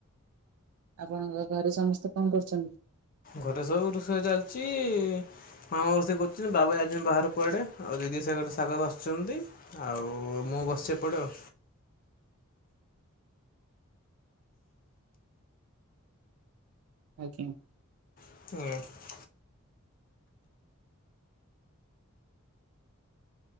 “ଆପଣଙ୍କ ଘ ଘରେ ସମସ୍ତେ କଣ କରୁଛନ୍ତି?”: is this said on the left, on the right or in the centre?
Right